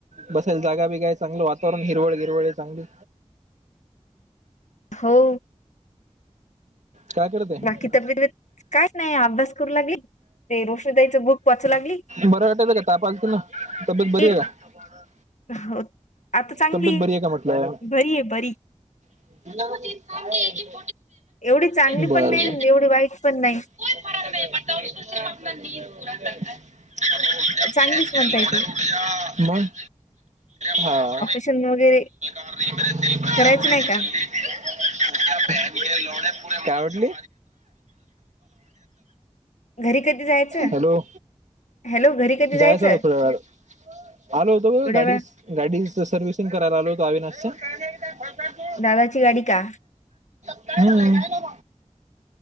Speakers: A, on the right; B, on the left.
A: बसायला जागा बिगाय, चांगलं वातावरण हिरवळ हिरवळ हाय. चांगली
B: हो.
A: काय करत आहे
B: बाकी तब्येत, <inaudible> काय नाय अभ्यास करू लागली. ते रोशनीताईंच बुक वाचू लागली.
A: बरा वाटयेत का ताप आगत ना तब्येत
B: येईल
A: बरी आहे का?
B: हो आता चांगली
A: तब्येत
B: आहे
A: बरी का म्हटलं
B: बरी आहे बरी.
A: <unintelligible>
B: एवढी चांगली
A: बर
B: पण नाय आणि एवढी वाईट पण नाय.
A: <unintelligible>
B: चांगलीच म्हणता येते
A: <unintelligible> मग हा.
B: चिमणी वगैरे.
A: <unintelligible>
B: करायचं नाही का
A: क्या बहन काय म्हटली?
B: घरी कधी जायचं
A: हॅलो,
B: हॅलो घरी कधी जायचं
A: जायच होत यार. आलो होतो
B: थोड्या
A: गाडी
B: वेळा
A: गाडीच सर्विसिंग करायला आलो होतो आविनाशचा. <unintelligible>
B: दादाची गाडी का?
A: हम्म